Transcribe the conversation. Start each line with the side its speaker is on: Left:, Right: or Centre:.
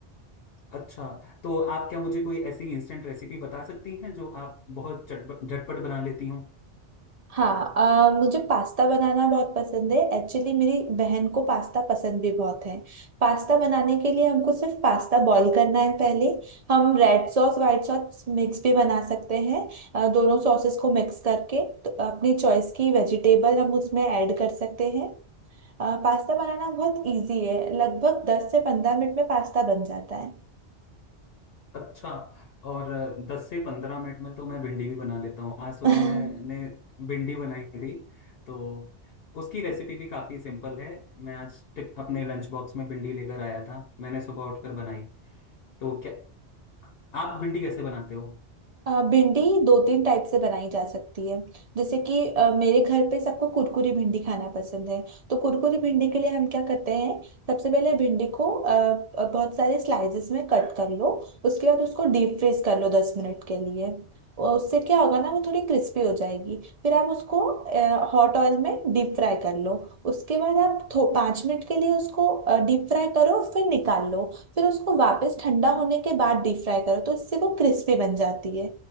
Left: अच्छा तो आप क्या मुझे कोई ऐसी इंस्टेंट रेसिपी बता सकती हैं जो आप बहुत चटपट झटपट बना लेती हो
Right: हाँ अ, मुझे पास्ता बनाना बहुत पसंद है एक्चुअली मेरी बहन को पास्ता पसंद भी बहुत है पास्ता बनाने के लिए हमको सिर्फ पास्ता बॉईल करना है पहले हम red sauce white sauce mix भी बना सकते हैं अ, दोनों सॉसेस को मिक्स करके तो अपनी चॉइस की वेजिटेबल हम उसमें ऐड कर सकते हैं अ, पास्ता बनाना बहुत इजी है लगभग दस से पंद्रह मिनट में पास्ता बन जाता
Left: अच्छा और दस से पंद्रह मिनट में तो मैं भिंडी भी बना लेता हूँ आज सुबह
Right: है <laughs>
Left: मैंने भिंडी बनाई थी तो उसकी रेसिपी भी काफ़ी सिंपल है मैं आज टिप, अपने लंच बॉक्स में भिंडी लेकर आया था मैंने सुबह उठकर बनाई तो क्या आप भिंडी कैसे बनाते हो
Right: अ, भिंडी दो तीन टाइप से बनाई जा सकती है जैसे कि अ, मेरे घर पे सबको कुरकुरी भिंडी खाना पसंद है तो कुरकुरी भिंडी के लिए हम क्या करते हैं सबसे पहले भिंडी को अ, अ, बहुत सारे स्लाइसेस में कट कर लो उसके बाद उसको डीप फ्रीज कर लो दस मिनट के लिए अ, उससे क्या होगा ना वो थोड़ी क्रिस्पी हो जाएगी फिर आप उसको हॉट ऑयल में डीप फ्राई कर लो उसके बाद आप थो पाँच मिनट के लिए उसको डीप फ्राई करो फिर निकाल लो फिर उसको वापस ठंडा होने के बाद डीप फ्राई करो तो इससे वो क्रिस्पी बन जाती है